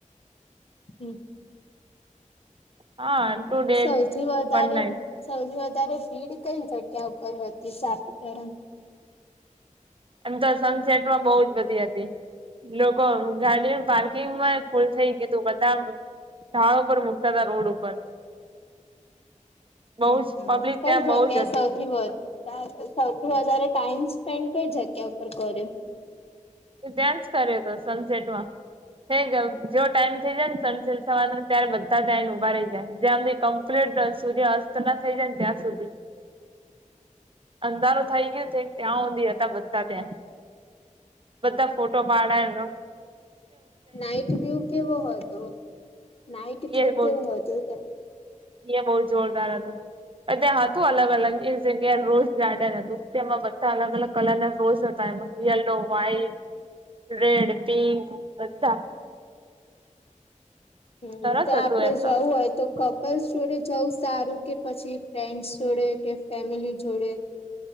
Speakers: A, on the left; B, on the right.
A: હમ
B: હા ટુ ડેઝ
A: સૌથી વધારે
B: વન નાઈટ
A: સૌથી વધારે ભીડ કઈ જગ્યા ઉપર હતી સાાપીતાર
B: એમ તો સનસેટમાં બહુ જ બધી હતી લોકો ગાડી પાર્કિંગમાં ફૂલ થઈ ગય તું બધા ાળો પર મુૂકતા ત રોડ ઉપર બહુ
A: હમ
B: જ
A: હમ
B: પબ્લિક
A: કઈ
B: ત્યાં
A: જગ્યા
B: બહુ જ હતી
A: સૌથી વધ સૌથી વધારે ટાઈમ સ્પેન્ડ કઈ જગ્યા ઉપર કર્યું
B: ત્યાં જ કર્યો હતો સનસેટમાં હે જો ટાઈમ થઈ જાય ને સ સલ થવાનો ત્યારે બધા જને ઉભા રહી જાય જેમ ક પ્લેટ સુધી અસ્ત ના થઈ જાય ને ત્યાં સુધી અંધારો થઇ ગયું ત્યાં ઊંધી હતા બધા ત્યાં બધા ફોટો પાડાય ન
A: નાઇટ વ્યૂ કે બ હતો હો નાઇટ વ્યુ
B: એ બહુ
A: કે બ હતો હો ત
B: એ બહુ જોરદાર હતો ત્યાં હતું અલગ અલગ એ જગ્યા રોઝ ગાર્ડન હતું તેમાં બધા અલગ અલગ કલર ના રોઝ હતા એમાં યલો વ્હાઈટ રેડ પિંક બધા
A: હમ
B: સરસ
A: ત્યાં
B: હતું
A: આપડે
B: એમ તો
A: જવું હોય તો ક બસ જોડે જઉં સારું કે પછી ફ્રેન્ડસ જોડે કે ફેમિલી જોડે